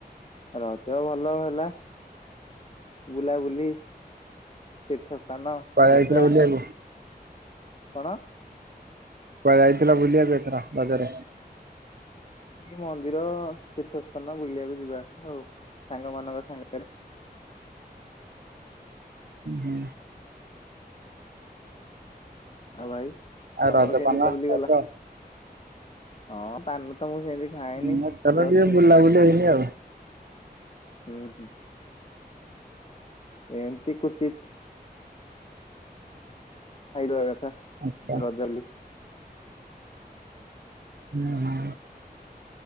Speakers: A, on the left; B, on the right.
A: ରଜ ଭଲ ହେଲା ବୁଲାବୁଲି ତୀର୍ଥ ପାନ
B: କୁଆଡେ ଯାଇଥିଲ
A: ଗେଟା
B: ବୁଲିବାକୁ?
A: କଣ?
B: କଆଡେ ଯାଇଥିଲ ବୁଲିବା ପାଇଁ ଏଥର ରଜରେ?
A: ମନ୍ଦିର ତୀର୍ଥ ସ୍ଥାନ ବୁଲିବାକୁ ଯିବା ଆଉ ସାଙ୍ଗ ମାନଙ୍କ ସାଙ୍ଗରେ।
B: ହୁଁ।
A: ଆଉ ଭାଇ
B: ଆଉ
A: ତମର
B: ରଜ
A: କେମତି
B: ପାନ
A: ବୁଲା ବୁଲି
B: ରଜ
A: ଗଲା? ହଁ ପାନୁ ତ ମୁଁ ସେନ୍ତି। ଖାଇନି
B: ହୁଁ ଏଥର
A: ଜଷ୍ଟ୍। <unintelligible>
B: <unintelligible> ଆଉ।
A: ହୁଁ ହୁଁ। ଏମିତି କୁଚିତ୍। ଖାଇଦବା କଥା
B: ଆଚ୍ଛା।
A: ରଜ ଲି।
B: ଉଁହୁଁ,